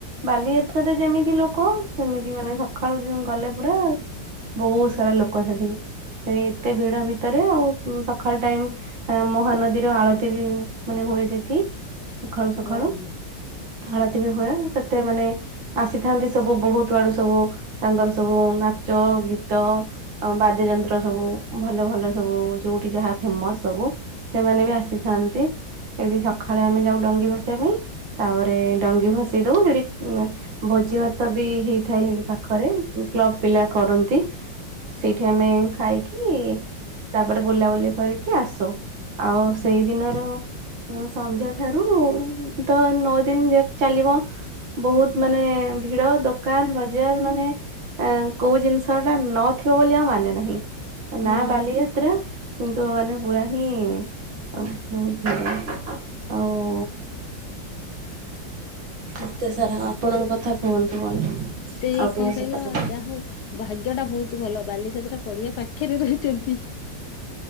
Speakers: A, on the right; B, on the left.
A: ବାଲିଯାତ୍ରରେ ଯେମିତି ଲୋକ ସେମିତି ମାନେ ସକାଳୁ ଗଲେ ପୁରା ବହୁତ ସାରା ଲୋକ ସେଠି ସେ ଏତେ ଭିଡ ଭିତରେ ଆଉ ସକାଳୁ ଟାଇମ ମହାନଦୀର ଆଳତି ମାନେ ହୁଏ ସେଠି। ସଖାଳୁ ସଖାଳୁ।
B: ଓହୋ।
A: ଆଳତି ବି ହୁଏ। କେତେ ମାନେ ଆସିଥାନ୍ତି ସବୁ ବହୁତ ଆଡୁ ସବୁ ତାଙ୍କର ସବୁ ନାଚ ଗୀତ ବାଦ୍ୟ ଯନ୍ତ୍ର ସବୁ ଭଲ ଭଲ। ସବୁ ଯୋଉଠି ଯାହା ଫେମସ ସବୁ ସେମାନେ ବି ଆସି ଥାନ୍ତି ସେଠି ସକାଳେ ଆମେ ଯାଉ ଡଙ୍ଗି ଭସେଇିବା ପାଇଁ। ତାପରେ ଡଙ୍ଗି ଭସେଇ ଦଉ ସେଠି ଭୋଜିଭାତ ବି ହେଇଥାଏ ସେ ପାଖରେ କ୍ଲବ ପିଲା କରନ୍ତି ସେଇଠି ଆମେ ଖାଇକି ତାପରେ ବୁଲାବୁଲି କରିକି ଆସୁ। ଆଉ ସେଇ ଦିନର ସନ୍ଧ୍ୟାଠାରୁ ତ ନଅଦିନ ଯାକ ଚାଲିବ ବହୁତ ମାନେ ଭିଡ ଦୋକାନବଜାର ମାନେ କୋଉ ଜିନିଷଟା ନଥିବ ବୋଲି ଆଉ ମାନେ ନାହିଁ। ତା
B: ହଁ
A: ନା ବାଲିଯାତ୍ରା। କିନ୍ତୁ ମାନେ ପୁରା ହିଁ ଆ ବହୁତ ଭଲ ଆଉ ଏତେ
B: ହଁ
A: ସାରା ଆପଣଙ୍କ କଥା କୁହନ୍ତୁ। କଣ
B: ସେଇ
A: ଆଉ ଟିକେ
B: କଁ କହିଲ
A: ସେପଟେ
B: ଯାହା ହଉ ଭାଗ୍ୟଟା ବହୁତ ଭଲ। ବାଲିଯାତ୍ରା ପଢିବା ପାଖ <inaudible> ରହୁଛନ୍ତି।